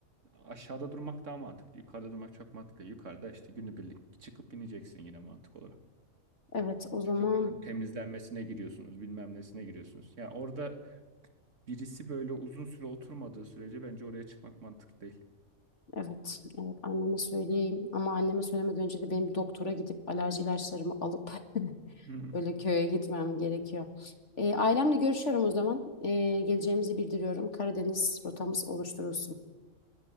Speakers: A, on the right; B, on the left.
A: aşağıda durmak daha mantıklı. Yukarıda durmak çok mantıklı. Yukarıda işte günübirlik çıkıp ineceksin yine mantık olarak.
B: Evet o zaman
A: Çünkü oranın temizlenmesine giriyorsunuz, bilmem nesine giriyorsunuz. Ya orada birisi böyle uzun süre oturmadığı sürece bence oraya çıkmak mantıklı değil.
B: evet evet anneme söyleyeyim. Ama anneme söylemeden önce de benim bir doktora gidip alerji ilaçlarımı alıp <laughs>
A: <laughs>
B: öyle köye gitmem gerekiyor. E, ailemle görüşüyorum o zaman. E, geleceğimizi bildiriyorum. Karadeniz rotamız oluşturulsun.